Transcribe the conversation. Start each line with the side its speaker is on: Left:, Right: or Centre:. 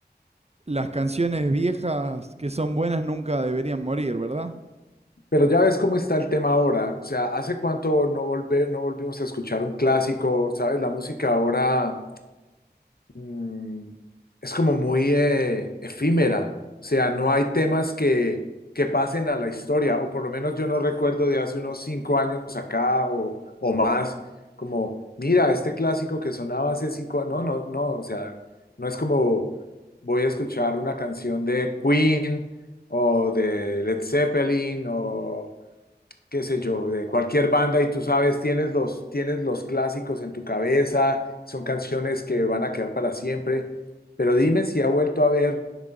Right: Las canciones viejas que son buenas nunca deberían morir, ¿verdad?
Left: Pero ya ves cómo está el tema ahora, o sea, ¿hace cuánto no volve- no volvimos a escuchar un clásico? ¿Sabes? La música ahora mm, es como muy eh, efímera, o sea, no hay temas que, que pasen a la historia, o por lo menos yo no recuerdo de hace unos cinco años acá o, o más, como, mira, este clásico que sonaba hace cinco años, no, no, no, o sea, no es como voy a escuchar una canción de Queen o de Led Zeppelin o qué sé yo, de cualquier banda y tú sabes, tienes los, tienes los clásicos en tu cabeza, son canciones que van a quedar para siempre, pero
Right: Sí,
Left: dime si ha vuelto a haber